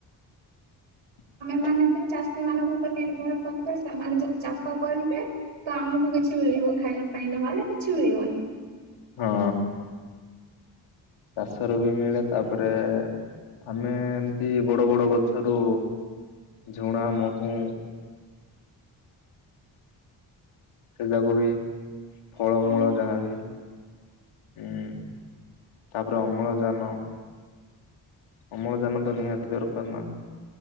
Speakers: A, on the left (about 85°); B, on the right (about 65°).
A: <unintelligible>
B: ସେମାନେ ତ ଚାଷୀ ମାନଙ୍କ ଉପରେ ନିର୍ଭର କରିବେ ସେମାନେ ଯଦି ଚାଷ କରିବେ ତ ଆମକୁ କିଛି ମିଳିବ। ଖାଇବା ପାଇଁ ନହେଲେ କିଛି ମିଳିବନି।
A: ହଁ ଚାଷର ବି ମିଳେ ତାପରେ ଆମେ ଏମତି ବଡ଼ ବଡ଼ ଗଛରୁ ଝୁଣା, ମହୁ ସେ ଯାକୁ ବି ଫଳମୂଳ
B: ହଁ
A: ଯାହାବି ଉଁ ତାପରେ ଅମ୍ଳଜାନ। ଅମ୍ଳଜାନ ତ ନିହାତି ଦରକାର ନା।